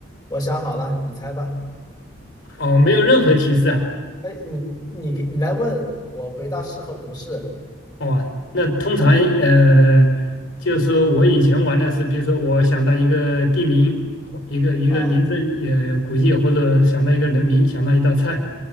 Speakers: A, on the left; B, on the left.
A: 我想好了，你猜吧。
B: 哦，没有任何提示啊。
A: 哎，你你你来问，我回答是和不是
B: 哇，那通常呃，就是说我以前玩的是，比如说我想到一个地名，或一个一个名胜也古迹，
A: 啊。
B: 或者想到一个人名，想到一道菜